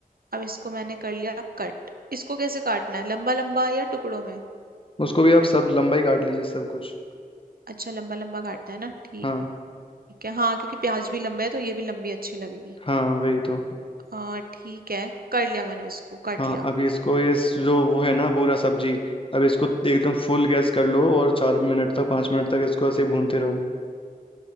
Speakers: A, on the right; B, on the left.
A: अब इसको मैंने कर लिया कट इसको कैसे काटना है लंबा लंबा या टुकड़ों में
B: उसको भी आप सब लंबाई काट लीजिए सब कुछ
A: अच्छा लंबा लंबा काटना है ना ठीक
B: हाँ
A: ठीक है हाँ क्योंकि प्याज भी लंबे है तो ये भी लंबी अच्छी लगेगी
B: हाँ वही तो
A: आ ठीक है कर लिया मैंने इसको काट
B: हाँ
A: लिया
B: अभी इसको ये स- जो वो है ना पूरा सब्जी अब इसको एकदम फुल गैस कर लो और चार मिनट तक पाँच मिनट तक इसको ऐसे भूनते रहो